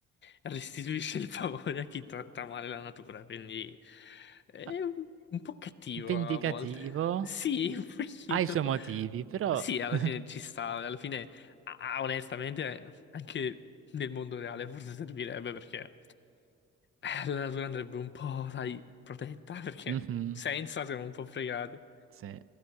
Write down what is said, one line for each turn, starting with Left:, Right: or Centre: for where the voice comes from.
Left: restituisce il favore a chi tratta male la natura, quindi è
Right: Ah,
Left: un, un po' cattivo
Right: Vendicativo,
Left: a volte. Sì, <laughs> un pochino.
Right: ha i suoi motivi, però...
Left: Sì, alla
Right: <laughs>
Left: fine ci sta, alla fine, ah, onestamente, anche nel mondo reale forse servirebbe perché eh, la natura andrebbe un po', sai, protetta, <laughs> perché
Right: Mhm,
Left: senza siamo un po' fregati.
Right: sì.